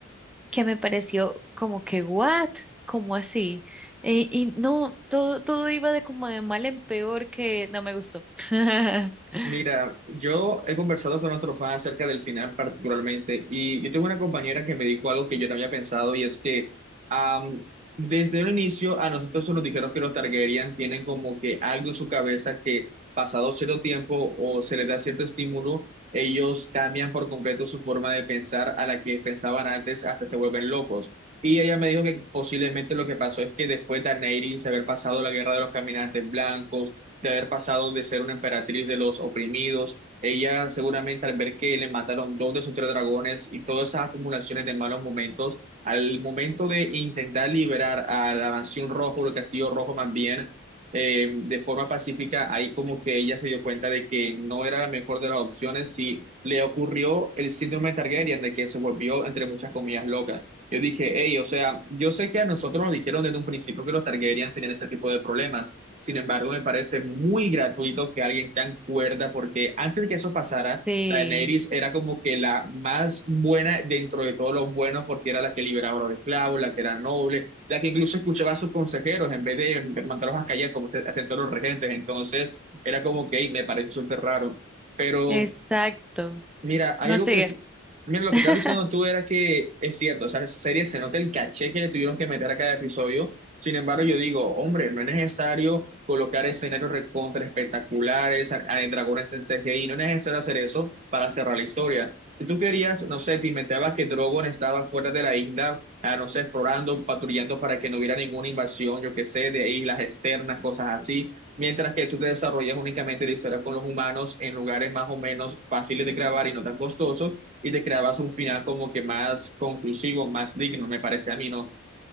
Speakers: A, in the centre; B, on the right.
A: que me pareció como que, ¿what? ¿Cómo así? Eh, y no, todo, todo iba de como de mal en peor que no me gustó. <laughs>
B: Mira, yo he conversado con otro fan acerca del final particularmente y yo tuve una compañera que me dijo algo que yo no había pensado y es que am, desde un inicio a nosotros se nos dijeron que los Targaryen tienen como que algo en su cabeza que pasado cierto tiempo o se les da cierto estímulo, ellos cambian por completo su forma de pensar a la que pensaban antes hasta se vuelven locos. Y ella me dijo que posiblemente lo que pasó es que después de Daenerys haber pasado la guerra de los caminantes blancos, de haber pasado de ser una emperatriz de los oprimidos. Ella seguramente al ver que le mataron dos de sus tres dragones y todas esas acumulaciones de malos momentos, al momento de intentar liberar a la mansión rojo, o el castillo rojo más bien, eh, de forma pacífica, ahí como que ella se dio cuenta de que no era la mejor de las opciones y le ocurrió el síndrome Targaryen, de que se volvió, entre muchas comillas, loca. Yo dije, hey, o sea, yo sé que a nosotros nos dijeron desde un principio que los Targaryen tenían ese tipo de problemas. Sin embargo, me parece muy gratuito que alguien tan cuerda, porque antes de que eso pasara,
A: Sí,
B: Daenerys era como que la más buena dentro de todos los buenos, porque era la que liberaba a los esclavos, la que era noble, la que incluso escuchaba a sus consejeros en vez de mandarlos a callar como se hacían todos los regentes. Entonces, era como que, hey, me parece súper raro. Pero
A: exacto.
B: Mira, hay
A: No
B: algo
A: sigue.
B: que tú- mira, lo
A: <laughs>
B: que estás diciendo tú era que es cierto, o sea, en serie se nota el caché que le tuvieron que meter a cada episodio. Sin embargo, yo digo, hombre, no es necesario colocar escenarios recontra espectaculares, a- a- dragones en CGI, no es necesario hacer eso para cerrar la historia. Si tú querías, no sé, te inventabas que Drogon estaba fuera de la isla, ah, no sé, explorando, patrullando para que no hubiera ninguna invasión, yo qué sé, de islas externas, cosas así mientras que tú te desarrollas únicamente la historia con los humanos en lugares más o menos fáciles de grabar y no tan costosos, y te creabas un final como que más conclusivo, más digno, me parece a mí, ¿no?